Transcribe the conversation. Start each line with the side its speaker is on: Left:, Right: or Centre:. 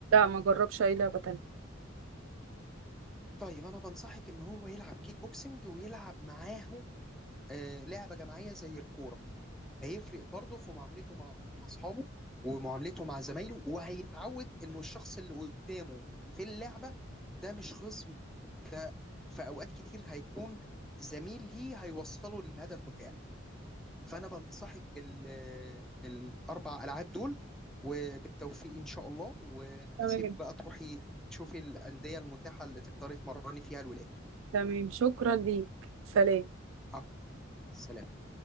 Right: ما جربش اي لعبة تانية
Centre: طيب انا بنصحك ان هو يلعب كيك بوكسنج ويلعب معاه آه، لعبه جماعيه زي الكوره هيفرق برضه في معاملته مع اصحابه ومعاملته مع زمايله وهيتعود انه الشخص اللي قدامه في اللعبه ده مش خصم ده في اوقات كتير هيكون زميل ليه هيوصله للهدف بتاعه فانا بنصحك بال بالاربع العاب دول وبالتوفيق ان شاء الله واسيبك
Right: تمام
Centre: بقى تروحي تشوفي الانديه المتاحه اللي تقدري تمرني فيها الولاد
Right: تمام شكرا ليك سلام
Centre: آه، مع السلامة.